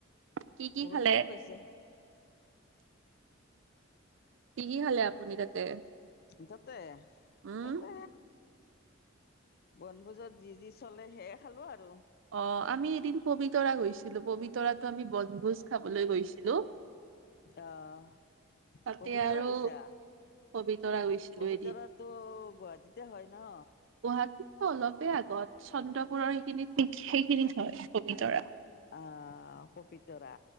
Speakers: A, on the right (about 65°); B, on the left (about 50°).
A: কি কি
B: বহুত
A: খালে?
B: মানুহ গৈছে।
A: কি কি খালে আপুনি তাতে?
B: তাতে?
A: উম,
B: তাতে বনভোজত যি যি চলে, সেয়ে খালোঁ আৰু।
A: অ', আমি এদিন পবিতৰা গৈছিলোঁ। পবিতৰাতো আমি বনভোজ খাবলৈ গৈছিলোঁ।
B: অ',
A: তাতে
B: পবিতৰা
A: আৰু
B: গৈছা?
A: <unintelligible>
B: পবিতৰাতো
A: এদিন।
B: গুৱাহাটীতে হয় ন?
A: গুৱাহাটীতকৈ অলপে আগত, চন্দ্ৰপুৰৰ সেইখিনিত সেইখিনিত হয় পবিতৰা।
B: অ', পবিতৰা?